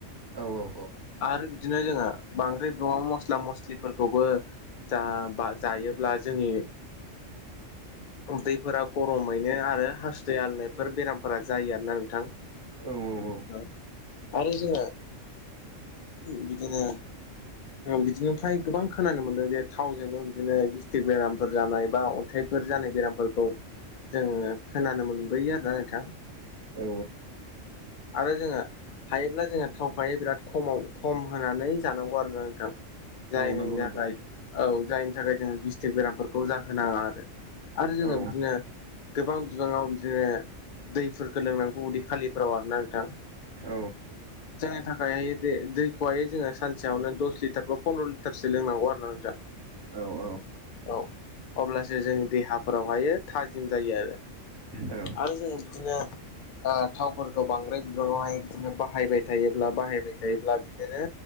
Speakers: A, on the right; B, on the left.
A: औ औ।
B: आरो बिदिनो जोङो बांद्राय बिबाङाव मस्ला मस्लिफोरखौबो। जा बा जायोब्ला जोंनि ओ दैफोरा गरमैनो आरो हासुदै आलुनायफोर बेरामफोरा जायो आरोना नोंथां।
A: औ
B: आरो जों। बिदिनो बिदिनोफ्राय गोबां खोनानो मोन्दों जे थावजोंनो बिदिनो गिस्टिक बेरामफोर जानाय बा अन्थाइ फोर जानाय बेरामफोरखौ जोङो खोनानो मोनबोयो आरोना नोंथां।
A: औ औ
B: आरो जोङो हायोब्ला जोंहा थावखौहाय बिराद खमाव खम होनानै जानांगौ आरो ना नोंथां। जायनि
A: औ नंगौ नंगौ
B: थाखाय औ जायनि थाखाय जोंङो गस्थिक बेरामफोरखौ जाहोनाङा आरो आरो जोङो
A: औ
B: बिदिनो गोबां बिबाङाव बि जोङो दैफोरखौ लोंनांगौ उदै खालिफोराव आर ना नोंथां।
A: औ
B: जोंनि थाखायहाय दै दैखौहाय जोङो सानसेयावनो दस लिटार बा पन्द्र' लिटारसो लोंनांगौ आरो ना नोंथाङां।
A: औ।
B: औ अब्लासो जोंनि देहाफोरावहायो थाजिम जायो आरो
A: औ
B: आरो जों बिदिनो ओ थावफोरखौ बांद्राय बिबांआवहाय बिदिनो बाहायबाय थायोब्ला बाहायबाय थायोब्ला बिदिनो